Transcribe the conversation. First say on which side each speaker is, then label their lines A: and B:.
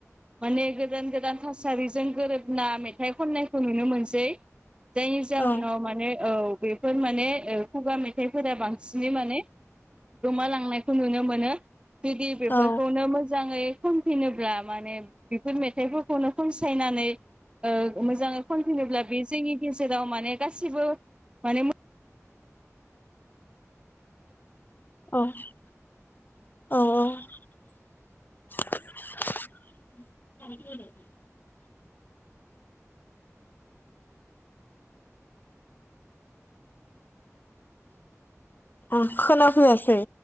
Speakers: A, on the right; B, on the left.
A: माने गोदान गोदान थासारिजों गोरोबना मेथाइ खननायखौ नुनो मोनसै जायनि जाहोनाव
B: औ
A: माने औ बेफोर माने ओ खुगा मेथाइफोरा बांसिनै माने गोमालांनायखौ नुनो मोनो बिदि बेफोरखौनो
B: औ
A: मोजाङै खनफिनोब्ला माने बेफोर मेथाइफोरखौनो खनसायनानै ओ मोजांङै खनफिनोब्ला बे जोंनि गेजेर जेराव माने गासिबो माने मो
B: औ औ औ अ खोनाफैयासै